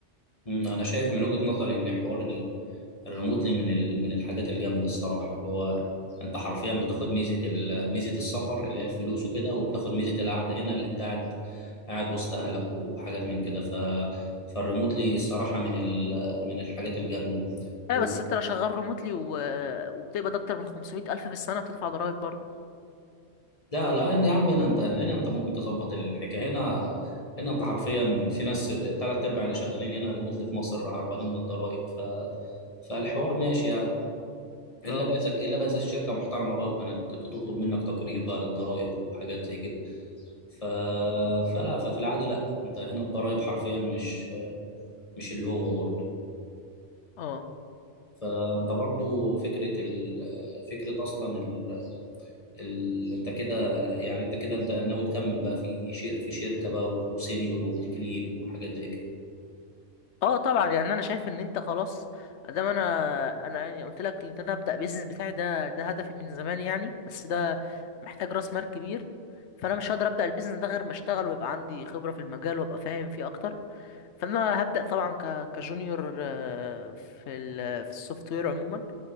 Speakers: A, on the left; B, on the left.
A: مم، انا شايف من وجهة نظري ان حوار ال- الريموتلي من ال- من الحاجات الجامده الصراحه اللي هو انت حرفيا بتاخد ميزه ال- ميزه السفر اللي هي الفلوس وكده وبتاخد ميزه القعده هنا اللي انت قاعد قاعد وسط اهلك وحاجات من كده ف فالريموتلي الصراحه من ال- من الحاجات الجامده
B: ايوه
A: و...
B: بس انت لو شغال ريموتلي و... وبتقبض اكتر من 500 الف في السنه بتدفع ضرائب برضه
A: لا لا يعني يا عم هنا انت هنا انت ممكن تظبط الحكايه هنا هنا انت حرفيا في ناس تلات ارباع اللي شغالين هنا ريموتلي في مصر هربانين من الضرايب ف فالحوار ماشي يعني الا
B: اه
A: بقى اذا الا بقى اذا الشركه محترمه بقى وكانت بتطلب منك تقرير بقى للضرائب وحاجات زي كده ف... فلا ففي العادي لا انت هنا الضرائب حرفيا مش مش اللي هو برضه
B: اه
A: فانت برضه فكره ال... فكره اصلا ال... ال... انت كده يعني انت كده انت ناوي تكمل بقى في شير... في شركه بقى وسينيور وتكليد وحاجات زي كده
B: اه طبعا يعني انا شايف ان انت خلاص ادام انا انا يعني قلت لك ان انا ابدا بيزنس بتاعي ده ده هدفي من زمان يعني بس ده محتاج راس مال كبير فانا مش هقدر ابدا البيزنس ده غير ما اشتغل ويبقى عندي خبره في المجال وابقى فاهم فيه اكتر فانا هبدا طبعا ك كجونيور آه، في ال في السوفت وير عموما